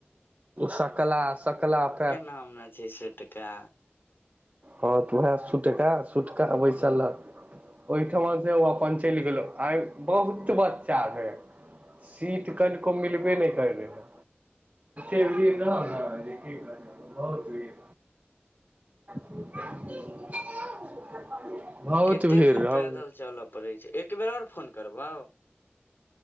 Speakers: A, on the right; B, on the left.
A: सकला सकलापे
B: नाम छै से टका
A: हँ तऽ उएह सुटका सुटका बैसल ओहिठमा से ओ अपन चलि गेलो आइ बहुत बच्चा भेले सीट कनिको मिलबे नहि कर रह है ए भीर नहि की कह बहुतीर <inaudible>
B: कतेक
A: भीड़
B: दूर
A: रहौ
B: पैदल चलय पड़ैत छै एक बेर ओर फोन करबहौ